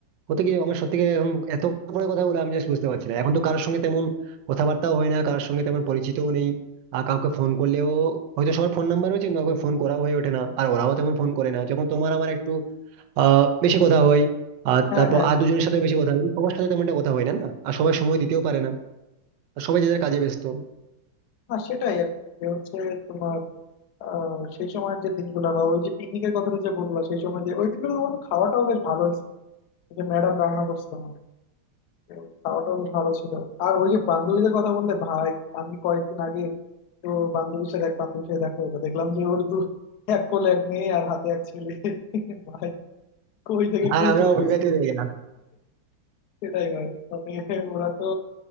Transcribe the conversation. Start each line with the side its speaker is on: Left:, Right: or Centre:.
Right: কত কি আমার সত্যি করে এখন এত বড় কথা বলে আমি জাস্ট বুঝতে পারছি না এখন তো কারোর সঙ্গে তেমন কথাবার্তাও হয় না কারোর সঙ্গে তেমন পরিচিতও নেই আর কাউকে ফোন করলেও হয়তো সবার ফোন নাম্বার রয়েছে কিন্তু কাউকে ফোন করাও হয়ে ওঠে না আর ওরাও তেমন ফোন করে না যখন তোমার আমার একটু আহ বেশি কথা হয় আর
Left: হ্যাঁ
Right: তারপর
Left: হ্যাঁ
Right: আর
Left: হ্যাঁ
Right: দুজনের সাথে বেশি কথা হয় কিন্তু সবার সাথে তেমন একটা কথা হয় না না আর সবাই সময় দিতেও পারে না আর সবাই যে যার কাজে ব্যস্ত
Left: আর সেটাই আর কি। যে হচ্ছে তোমার আহ, সেই সময়ের যে দিনগুলো বা ওই যে পিকনিকের কথাটা যে বললো সেই সময় যে ওই দিনগুলো আমার খাওয়াটাও বেশ ভালো হয়েছিল ওই যে ম্যাডাম রান্না করছিল আমাদের তো ওই খাওয়াটাও বেশ ভালো ছিল আর ওই যে বান্ধবীদের কথা বললে ভাই আমি কয়েকদিন আগে তো বান্ধবীর সাথে এক বান্ধবীর সাথে দেখা হলো দেখলাম যে ওর দু এক কোলে এক মেয়ে আর হাতে এক ছেলে ভাই কই থেকে
Right: আর
Left: কই
Right: আমরা
Left: চলে
Right: অবিবাহিত
Left: গেছে
Right: হয়ে গেলাম
Left: সেটাই ভাই মানে ওরা তো